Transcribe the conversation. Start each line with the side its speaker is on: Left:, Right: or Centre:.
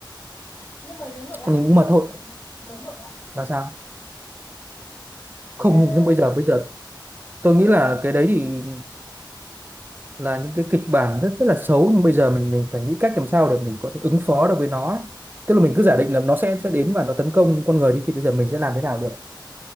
Left: nhưng mà nếu ngược lại
Right: Ừ.
Left: thì
Right: nhưng
Left: sao
Right: mà thôi
Left: nếu ngược lại
Right: là sao không
Left: thế
Right: nhưng nhưng bây giờ bây giờ tôi
Left: ừ
Right: nghĩ là cái đấy thì là những cái kịch bản rất rất là xấu nhưng bây giờ mình mình phải nghĩ cách làm sao để mình có thể ứng phó được với nó ấy. tức là mình cứ giả định là nó sẽ sẽ đến và nó tấn công con người đi thì bây giờ mình sẽ làm thế nào được